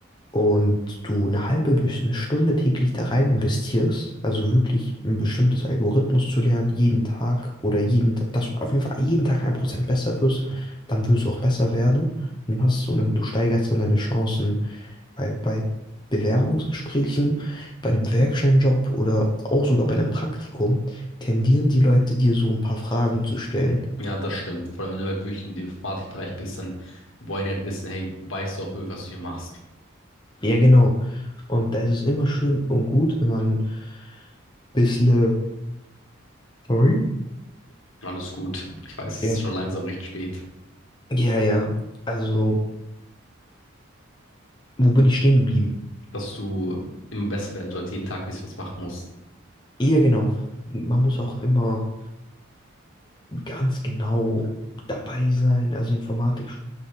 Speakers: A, on the left; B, on the left.
A: und du eine halbe bis eine Stunde täglich da rein investierst, also wirklich ein bestimmtes Algorithmus zu lernen, jeden Tag oder jeden, Ta- dass du auf jeden Fall jeden Tag ein Prozent besser wirst, dann wirst du auch besser werden und dann hast du, du steigerst dann deine Chancen bei, bei Bewerbungsgesprächen, bei einem Werkstudentenjob oder auch sogar bei einem Praktikum tendieren die Leute, dir so ein paar Fragen zu stellen.
B: Ja, das stimmt. Vor allem, wenn du halt wirklich in dem Informatikbereich bist, dann wollen die halt wissen, hey, weißt du auch wirklich, was du hier machst?
A: Ja, genau. Und da ist es immer schön und gut, wenn man ein bisschen... Sorry?
B: Alles gut. Ich weiß,
A: Ja,
B: es ist schon langsam recht spät,
A: ja, ja. Also, wo bin ich stehen geblieben?
B: dass du immer besser werden sollst, jeden Tag ein bisschen was machen musst.
A: Ja, genau. Man muss auch immer ganz genau dabei sein. Also Informatik,